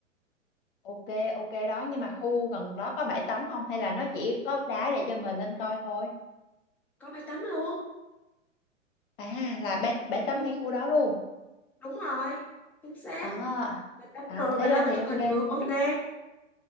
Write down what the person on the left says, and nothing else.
Ok ok đó nhưng mà khu gần đó có bãi tắm không hay là nó chỉ có đá để cho mình lên coi thôi?
À là bãi, bãi tắm
ngay khu đó luôn.
À,
à
thế
ra
thì
ok.